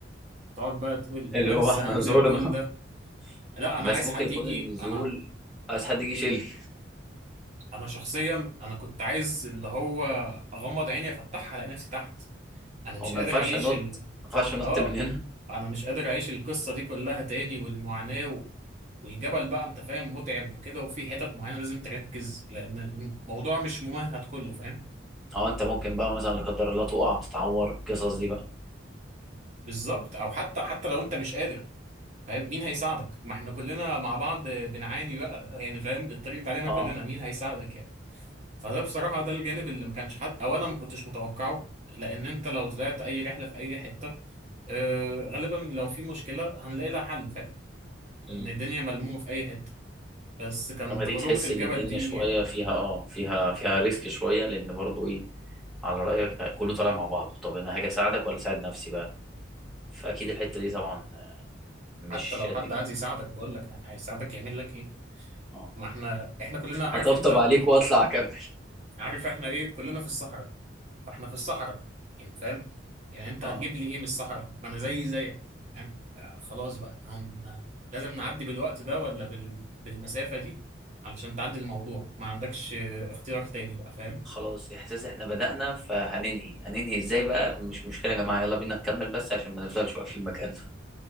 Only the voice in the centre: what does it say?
اللي
هو احنا
زورنا
<laughs>
بس
ممكن
يكون
النزول
عايز حد يجي يشيل
او
ما ينفعش
انط
ما ينفعش انط
من هنا
اه انت ممكن بقى مثلا لا قدر الله تقع تتعور القصص دي بقى
اه
مم.
انما
دي تحس
ان الدنيا
شويه فيها اه فيها فيها ريسك شويه لان برضو ايه على رايك كله طالع مع بعض طب انا هاجي اساعدك ولا اساعد نفسي بقى فاكيد الحته دي طبعا مش
قد كده
اه
هطبطب
عليك واطلع اكمل
اه
خلاص احساس احنا بدأنا فهننهي هننهي ازاي بقى مش مشكله يا جماعه يلا بينا نكمل بس عشان ما نفضلش واقفين مكاننا